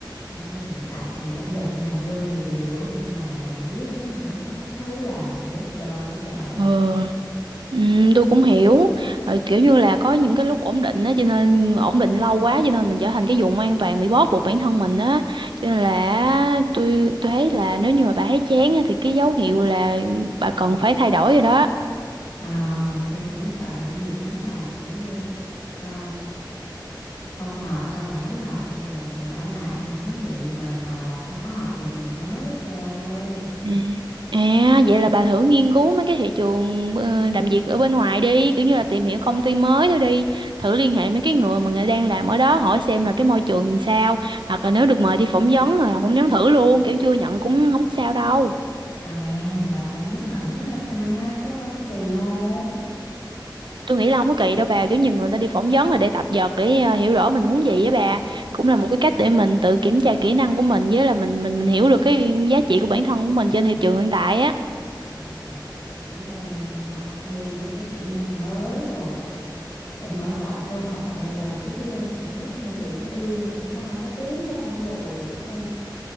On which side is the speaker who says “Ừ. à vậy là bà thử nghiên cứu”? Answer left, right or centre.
Right